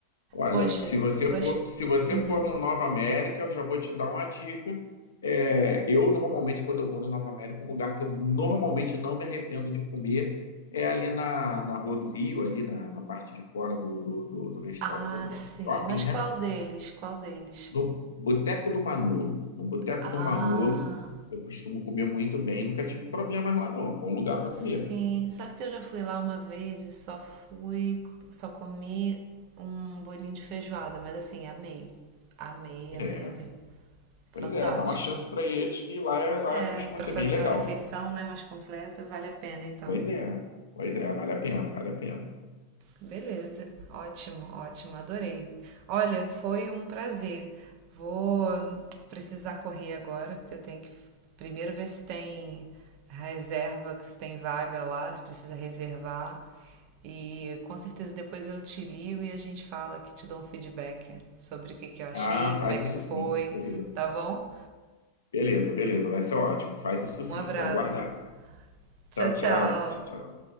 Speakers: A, on the left; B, on the right.
A: olha,
B: Poxa,
A: se você
B: gostei.
A: for, se você
B: Uhum.
A: for no Nova América, eu já vou te dar uma dica. É, eu normalmente, quando eu vou no Nova América, um lugar que eu normalmente não me arrependo de comer é ali na, na Rua do Rio, ali na, na parte de fora do, do, do, do, resta-
B: Ah,
A: do
B: sim.
A: do shopping,
B: Mas
A: né?
B: qual deles? Qual deles?
A: No Boteco do Manolo. No Boteco
B: Ah,
A: do Manolo, eu costumo comer muito bem, nunca tive problemas lá, não. É um bom lugar para
B: Sim,
A: comer.
B: sabe que eu já fui lá uma vez e só fui, só comi um bolinho de feijoada, mas assim, amei. Amei, amei,
A: É,
B: amei. Fantástico.
A: Pois é, dá uma chance para eles que lá, é- lá
B: É,
A: costuma
B: pra
A: ser
B: fazer
A: bem legal.
B: uma refeição, né, mais completa, vale a pena então.
A: Pois é, pois é, vale a pena, vale a pena.
B: Beleza, ótimo, ótimo, adorei. Olha, foi um prazer. Vou precisar correr agora, porque eu tenho que primeiro ver se tem reserva, se tem vaga lá, se precisa reservar. E com certeza depois eu te ligo e a gente fala, que te dou um feedback sobre o que, que eu achei,
A: Ah,
B: como
A: faz
B: é que
A: isso
B: foi,
A: sim, beleza.
B: tá bom?
A: Beleza, beleza, vai ser ótimo. Faz isso
B: Um
A: sim,
B: abraço.
A: vou aguardar.
B: Tchau,
A: Tchau,
B: tchau.
A: tchau, Cíntia, tchau.